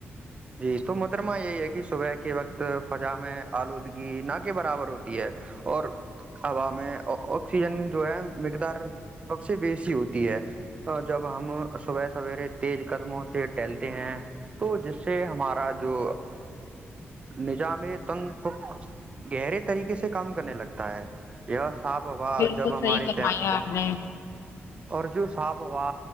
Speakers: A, on the right (about 25°); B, on the left (about 80°).
A: جی تو محترمہ یہی ہے کہ صبح کے وقت فضا میں آلودگی نہ کے برابر ہوتی ہے اور ہوا میں آکسیجن جو ہے مقدار سب سے بیسی ہوتی ہے جب ہم صبح سویرے تیز قدموں سے ٹہلتے ہیں تو جس سے ہمارا جو نظام تن ف گہرے طریقے سے کام کرنے لگتا ہے صاف ہوا
B: بالکل
A: جب ہمارے
B: صحیح فرمایا آپ نے
A: اور جو صاف ہوا